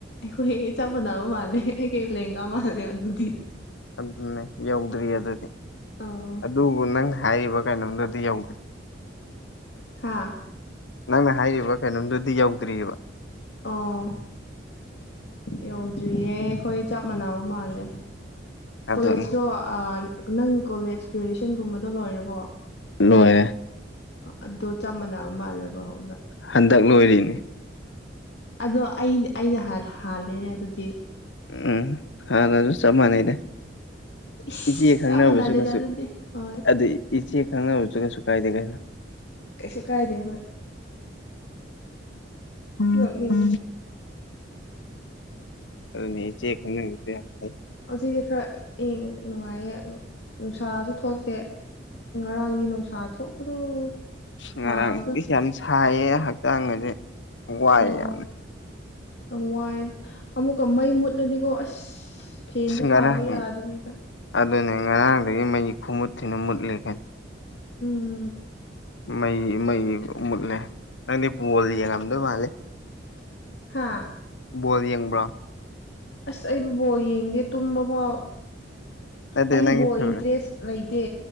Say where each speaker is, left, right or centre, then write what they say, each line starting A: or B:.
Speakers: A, on the left (about 60°); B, on the left (about 75°).
A: ꯣꯏ ꯍꯩ ꯆꯕꯅꯕꯨ ꯃꯥꯜꯂꯦ ꯀꯩ ꯂꯦꯍꯦꯒꯥꯥ ꯃꯥꯜꯂꯦ ꯑꯗꯤ
B: ꯑꯗꯨꯅꯦ ꯌꯧꯗ꯭ꯔꯤ ꯑꯗꯨꯗꯤ
A: ꯑꯣ
B: ꯑꯗꯨꯕꯨ ꯅꯪ ꯍꯥꯏꯔꯤꯕ ꯀꯩꯅꯣꯝꯗꯨꯗꯤ ꯌꯧꯗ꯭ꯔꯤ
A: ꯍꯥꯥ
B: ꯅꯪꯅ ꯍꯥꯏꯔꯤꯕ ꯀꯩꯅꯣꯝꯗꯨꯗꯤ ꯌꯧꯗ꯭ꯔꯤꯑꯕ
A: ꯑꯣ ꯌꯧꯗ꯭ꯔꯤꯌꯦ ꯑꯩꯈꯣꯏ ꯆꯞ ꯃꯥꯟꯅꯕ ꯃꯥꯜꯂꯦ
B: ꯑꯗꯨꯅꯤ
A: ꯀꯣꯂꯦꯖꯇꯣ ꯑ ꯅꯪ ꯀꯣꯂꯦꯖ ꯒ꯭ꯔꯦꯖꯨꯋꯦꯁꯟꯒꯨꯝꯕꯗꯣ ꯂꯣꯏꯔꯕꯣ
B: ꯂꯣꯏꯌꯦ
A: ꯑꯗꯣ ꯆꯥ ꯃꯥꯅꯕ ꯃꯥꯜꯂꯦꯕ ꯍꯣ
B: ꯍꯟꯗꯛ ꯂꯣꯏꯔꯤꯅꯤ
A: ꯑꯗꯣ ꯑꯩ ꯑꯩꯅ ꯍꯥꯜꯂꯦꯅꯦ ꯑꯗꯨꯗꯤ
B: ꯎꯝ ꯍꯥꯟꯅꯁꯨ ꯆꯞ ꯃꯥꯟꯅꯩꯗ
A: ꯏꯁ
B: ꯏꯆꯦ ꯈꯪꯅꯕꯁꯨ
A: ꯆꯞ ꯃꯥꯟꯅꯗꯦꯗ
B: ꯀꯩꯁꯨ
A: ꯑꯗꯨꯗꯤ ꯍꯣꯏ
B: ꯑꯗꯨ ꯏꯆꯦ ꯈꯪꯅꯕꯁꯨ ꯀꯩꯁꯨ ꯀꯥꯏꯗꯦ ꯀꯩꯅꯣ ꯫
A: ꯀꯩꯁꯨ ꯀꯥꯏꯗꯦ ꯍꯣꯏ
B: ꯎꯝ
A: ꯌꯣꯛꯅꯤꯡꯉꯦ
B: ꯎꯝ <unintelligible>
A: ꯍꯧꯖꯤꯛꯇꯤ ꯈꯔ ꯏꯪ ꯅꯨꯡꯉꯥꯏꯌꯦ ꯅꯨꯡꯁꯥꯁꯨ ꯊꯣꯛꯇꯦ ꯉꯔꯥꯡꯗꯤ ꯅꯨꯡꯁꯥ ꯊꯣꯛꯄꯗꯣ ꯁꯥꯕꯗꯣ
B: ꯉꯔꯥꯡꯗꯤ ꯌꯥꯝ ꯁꯥꯏꯌꯦ ꯍꯛꯆꯥꯡ ꯒꯁꯦ ꯋꯥꯏꯑꯦ
A: ꯑꯥ
B: ꯌꯥꯝ
A: ꯌꯥꯝ ꯋꯥꯏ ꯑꯃꯨꯛꯀ ꯃꯩ ꯃꯨꯠꯂꯗꯤꯀꯣ ꯑꯁ ꯐꯦꯟꯁꯨ
B: ꯑꯁ
A: ꯊꯥꯕ
B: ꯉꯔꯥꯡ
A: ꯌꯥꯗꯕꯤꯗ
B: ꯑꯗꯨꯅꯦ ꯉꯔꯥꯡꯗꯒꯤ ꯃꯩꯁꯦ ꯈꯨꯃꯨꯠ ꯊꯤꯅ ꯃꯨꯠꯂꯤ ꯀꯩꯅꯣ
A: ꯎꯝ
B: ꯃꯩ ꯃꯩ ꯃꯨꯠꯂ ꯅꯪꯗꯤ ꯄꯣꯜ ꯌꯦꯡꯉꯝꯗꯣꯏ ꯃꯥꯜꯂꯦ
A: ꯍꯥꯥ
B: ꯕꯣꯜ ꯌꯦꯡꯕ꯭ꯔꯥ
A: ꯑꯁ ꯑꯩꯕꯨ ꯕꯣꯜ ꯌꯦꯡꯗꯦ ꯇꯨꯝꯕ ꯐꯥꯎ
B: ꯅꯠꯇꯦ
A: ꯑꯩꯗꯤ
B: ꯅꯪꯒꯤ
A: ꯕꯣꯜ
B: ꯐꯦꯚꯣꯔꯥꯏꯠ
A: ꯏꯟꯇꯔꯦꯁ ꯂꯩꯇꯦ